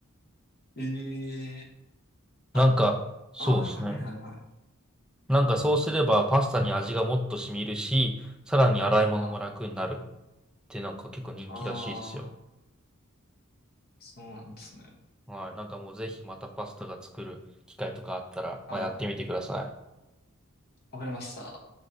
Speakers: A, on the left (about 50°); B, in the centre.
A: い。ええー。
B: なんか、
A: あ、
B: そうですね。
A: ああ、はいはいはい。
B: なんかそうすればパスタに味がもっと染みるし、さらに洗い物も楽になるっ
A: はい。
B: てなんか結構人気らしいですよ。
A: ああ。そうなんですね。
B: はい。なんかもうぜひまたパスタが作る機会とかあったら、
A: はい。
B: まあ、やってみてください。
A: わかりました。